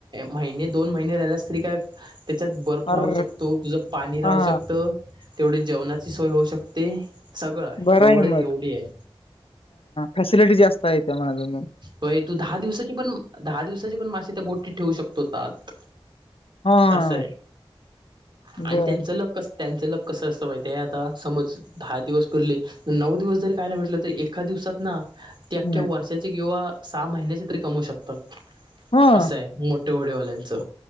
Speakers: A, on the right; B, on the left.
A: महिने दोन महिने राहिलास तरी काय त्याच्यात बर्फ राहू
B: अर
A: शकतो तुझं पाणी राहू
B: हा
A: शकत तेवढी जेवणाची सोय होऊ शकते सगळं
B: बरं
A: एवढं
B: आहे
A: एवढी
B: मग
A: आहे.
B: फॅसिलिटी जास्त आहे त्या मज
A: हो तू दहा दिवसाचे पण दहा दिवसाचे पण मासे त्या बोटी ठेवू शकतोतात
B: हा
A: अस आहेय आणि
B: बर
A: त्यांचं लोक कस त्यांच लग कस असतं माहिती आता समज दहा दिवस परले नऊ दिवस जरी काय नाही म्हटलं तर एका दिवसात ना ते अख्ख्या
B: हम्म
A: वर्षाचे किंवा सहा महिन्याचे तरी कमवू शकतते
B: हा
A: असं आहे मोठे होडीवाल्यांचं